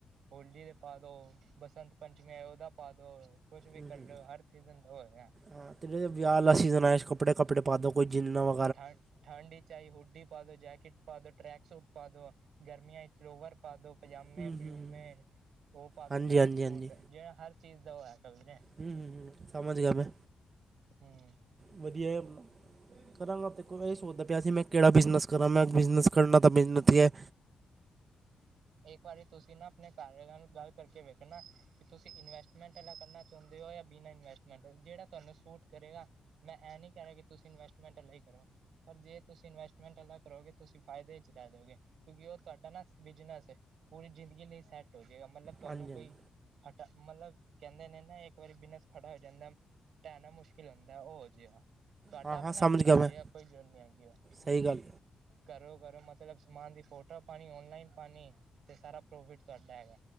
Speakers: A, on the right; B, on the right.
A: ਹੋਲੀ ਦੇ ਪਾ ਦਉ, ਬਸੰਤ ਪੰਚਮੀ ਆਈ ਉਹਦਾ ਪਾ ਦਉ। ਕੁਛ ਵੀ
B: ਹੂੰ
A: ਕਰਲੋ,
B: ਹੂੰ
A: ਹਰ ਸੀਜ਼ਨ ਤੋਂ ਹੋਇਆ।
B: ਹਾਂ, ਤੇੜ ਵਿਆਹਾ ਵਾਲਾ ਸੀਜ਼ਨ ਆਇਆ, ਕੱਪੜੇ-ਕੱਪੜੇ ਪਾਦੋ ਕੋਈ ਜਿੰਨਾ ਵ
A: ਠ ਠੰਡ'ਚ ਆਈ ਹੁੱਡੀ ਪਾਦੋ, ਜੈਕੇਟ ਪਾਦੋ, ਟਰੈਕ ਸੂਟ ਪਾਦੋ, ਗਰਮੀਆਂ'ਚ ਲੋਵਰ ਪਾਦੋ, ਪਜਾਮੇ-ਪਜੂਮੇ
B: ਹੂੰ ਹੂੰ
A: ਉਹ ਪਾਦੋ
B: ਹਾਂਜੀ
A: ਨਾਈਟ
B: ਹਾਂਜੀ
A: ਸੂਟ।
B: ਹਾਂਜੀ
A: ਜਿਵੇਂ ਹਰ ਚੀਜ਼ ਦਾ ਉਹ ਹੈ ਕ <unintelligible>
B: ਹੂੰ, ਹੂੰ, ਹੂੰ ਸਮਾਝ ਗਿਆ ਮੈਂ,
A: ਹੂੰ
B: ਵਧੀਆ ਐ। ਕਰਾਂਗਾ ਦੇਖੋ, ਮੈਂ ਇਹ ਸੋਚਦਾ ਪਿਆ ਸੀ ਮੈਂ ਕਿਹੜਾ ਬਿਜਨਸ ਕਰਾਂ ''ਮੈਂ ਬਿਜ਼ਨਸ ਕਰਨਾ ਤਾਂ ਬਿਜਨਸ ਹੀ ਹੈ।
A: ਇੱਕ ਵਾਰੀ ਤੁਸੀਂ ਨਾ ਆਪਣੇ ਘਰ, ਉਹਨਾਂ ਨਾਲ ਗੱਲ ਕਰਕੇ ਵੇਖਨਾ। ਕਿ ਤੁਸੀਂ ਇਨਵੈਸਟਮੈਂਟ ਵਾਲਾ ਕਰਨਾ ਚਾਹੁੰਦੇ ਹੋ, ਯਾ ਬਿਨਾਂ ਇਨਵੈਸਟਮੈਂਟ, ਜਿਹੜਾ ਤੁਹਾਨੂੰ ਸੂਟ ਕਰੇਗਾ। ''ਮੈਂ ਐ ਨਹੀਂ ਕਹਿ ਰਿਹਾ, ਕਿ ਤੁਸੀਂ ਇਨਵੈਸਟਮੈਂਟ ਵਾਲਾ ਈ ਕਰੋ। ਪਰ ਜੇ ਤੁਸੀਂ ਇਨਵੈਸਟਮੈਂਟ ਕਰੋਗੇ ਤੁਸੀਂ ਫਾਇਦੇ'ਚ ਰਹਿਜੋਗੇ, ਕਿਉਂਕਿ ਉਹ ਤੁਹਾਡਾ ਨਾ ਬਿਜਨਸ ਪੂਰੀ ਜ਼ਿੰਦਗੀ ਲਈ ਸੈੱਟ ਹੋਜੇਗਾ, ਮਤਲਬ ਤੁਹਾਨੂੰ
B: ਹਾਂਜੀ
A: ਕੋਈ
B: ਹਾਂਜੀ
A: ਹਟਾ, ਮਤਲਬ ਕਹਿੰਦੇ ਨੇ ਨਾ ਇੱਕ ਵਾਰੀ ਬਿਨਸ ਖੜਾ ਹੋ ਜਾਂਦਾ ਢੈਣਾ ਮੁਸ਼ਕਿਲ ਹੁੰਦਾ, ਉਹ ਜਿਹਾ। ਤੁਹਾਡਾ
B: ਹਾਂ
A: ਆਪਣਾ
B: ਹਾਂ ਸਮਝ
A: ਖੜਾ
B: ਗਿਆ
A: ਹੋਜੇ
B: ਮੈਂ
A: ਗਾ, ਕੋਈ ਜ਼ਰੂਰਤ ਨੀ ਹੈਗੀ ਉਹ।
B: ਸਹੀ ਗੱਲ
A: ਘਰੋ-ਘਰੋ ਮਤਲਬ ਸਮਾਨ ਦੀ ਫੋਟੋ ਪਾਣੀ, ਔਨਲਾਈਨ ਪਾਣੀ, ਤੇ ਸਾਰਾ ਪ੍ਰੋਫਿਟ ਤੁਹਾਡਾ ਹੈਗਾ,